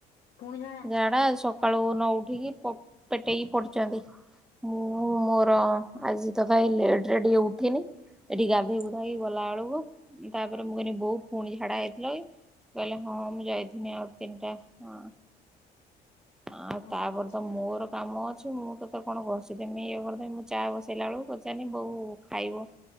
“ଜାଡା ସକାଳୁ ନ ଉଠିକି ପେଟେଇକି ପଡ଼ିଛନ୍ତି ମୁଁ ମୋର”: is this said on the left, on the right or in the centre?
Centre